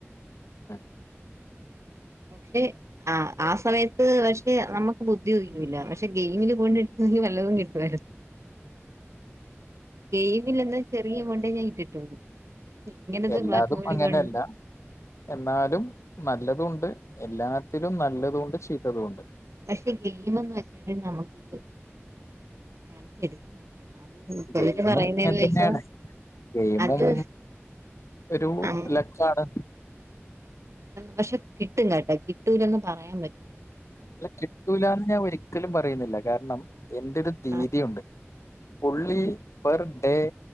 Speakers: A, on the left (about 80°); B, on the right (about 85°).
A: ആഹ
B: പക്ഷെ ആഹ് ആ സമയത്ത് പക്ഷെ നമുക്ക് ബുദ്ധി ഉദിക്കുന്നില്ല പക്ഷെ ഗെയിമില് പോണ്ടിട്ടനിക്ക് വല്ലതും കിട്ടുവാരു ഗെയിമിൽെനിന്ന് ചെറിയ എമൗണ്ടേ കിട്ടുള്ളൂ ഇങ്ങനെത്
A: എല്ലാതും
B: <unintelligible>
A: അങ്ങനെയല്ല എന്നാലും നല്ലത ഉണ്ട് എല്ലാത്തിലും നല്ലതൊണ്ട് ചെയീത്തതൊണ്ട്
B: പക്ഷെ ഗെയിംന്ന് വെച്ചാല് നമുക്ക് തളിച്ചെടുക്കാൻ പറ്റും <unintelligible> അത്ലത്
A: ഗെയിമും
B: പറയുന്നന്ന്
A: അങ്ങനെ തന്നെയാണ്
B: വെച്ച
A: ഗെയിമും
B: അത് <inaudible>
A: ഒരു
B: അങ്
A: ലക്കാണ്.
B: പക്ഷെ കിട്ടും കേട്ടാ കിട്ടൂലന്ന് പറയാൻ പറ്റും
A: അല്ല കിട്ടൂലന്ന് ഞാൻ ഒരിക്കലും പറയുന്നില്ല. കാരണം എന്റെറ ഒരു തീതിഉണ്ട്
B: ആഹ്
A: ഒൻള്ളി പർ ഡേ